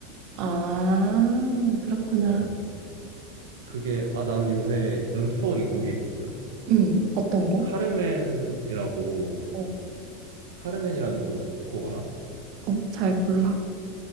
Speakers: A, on the right; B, on the right.
A: 아, 그렇구나.
B: 어 그게 아 나는 요새 연습하고 있는 곡이 있거든
A: 음, 어떤 거?
B: 카르멘이라고
A: 어,
B: 카르멘이라는 노- 곡 알아?
A: 어, 잘 몰라.